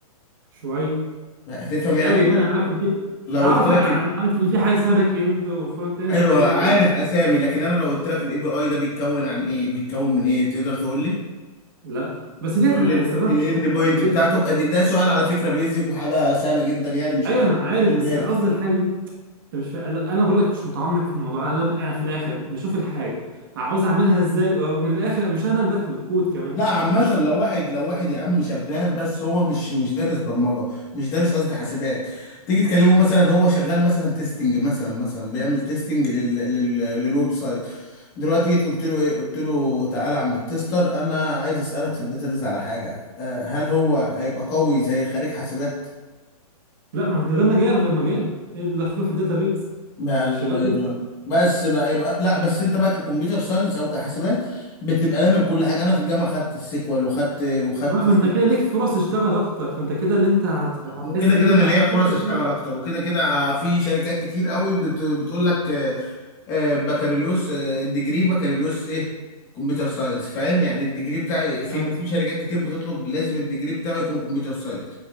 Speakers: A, on the right; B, on the left.
A: شويه
B: هتفهم
A: مش
B: يعني
A: قوي يعني انا عارف ان في
B: لو
A: اعرف
B: قلت لك
A: عارف
B: ال...
A: ان في حاجه اسمها باك اند وفرونت اند
B: ايوه
A: والحاجات دي
B: عارف
A: كلها
B: اسامي لكن انا لو قلت لك الاي بي اي ده بيتكون عن ايه بيتكون من ايه تقدر تقول لي
A: لا بس ديت
B: تقول
A: انا
B: لي
A: هستخدمها
B: الاند
A: في الشغل
B: بوينت
A: ما دي
B: بتاعته
A: الفكره
B: أدي- ده سؤال على فكره بيزك وحاجه سهله جدا يعني مش
A: ايوه
B: محتاج
A: انا عارف
B: تكون
A: بس
B: دارس
A: أنا قصدي الحاجه دي انت مش فا... لا انا بقول لك مش متعمق في الموضوع انا ببقى في الاخر بشوف الحاجه عاوز اعملها ازاي ومن الاخر مش انا اللي بكتب الكود كمان
B: لا عامة
A: بخش
B: لو واحد لو واحد يا عم شغال بس هو مش مش دارس برمجة مش دارس قصدي حاسبات تيجي تكلمه مثلا هو شغال مثلا تيستنج مثلا مثلا بيعمل تيستنج لل... لل... للويب سايت دلوقتي جيت قلت له ايه قلت له تعالى يا عم التستر انا عايز اسالك في الداتابيز على حاجة أه هل هو هيبقى قوي زي خريج حاسبات
A: لا ما انت ده مجال غير مجاله ايه اللي دخله في الداتابيز
B: بقى الله
A: شغال
B: ينور
A: كده
B: بس بقى يبقى لا بس انت بقى ككمبيوتر ساينس او كحاسبات بتبقى لامي كل حاجه انا في الجامعه خدت السيكوال وخدت وخدت
A: لا ما انت كده ليك فرص تشتغل اكتر فانت كده اللي انت هت... هتحس
B: وكده كده
A: اللي انت
B: انا ليا
A: عايز تخش
B: فرص اشتغل
A: فيه
B: اكتر وكده كده آه، في شركات كتير قوي بت... بتقول لك آه، آه، بكالوريوس آه، الديجري بكالوريوس ايه كمبيوتر ساينس فاهم يعني الديجري بتاعي في
A: آه.
B: في شركات كتير بتطلب لازم الديجري بتاعه يكون كمبيوتر ساينس